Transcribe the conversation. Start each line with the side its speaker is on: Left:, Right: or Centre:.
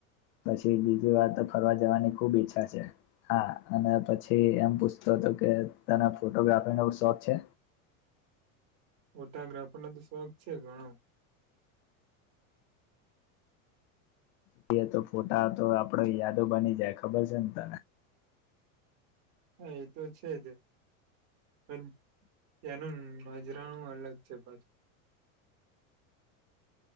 Left: પછી બીજી વાર તો ફરવા જવાની ખુબ ઈચ્છા છે. હા અને પછી એમ પૂછતો તો કે તને ફોટોગ્રાફીનો શોખ છે?
Right: ફોટાગ્રાફરનો તો શોખ છે ઘણો.
Left: તે તો ફોટા તો આપડા યાદો બની જાય ખબર સે ને તને.
Right: હા એ તો છે જ, પણ ત્યાંનું નજરાણું અલગ છે પાછું.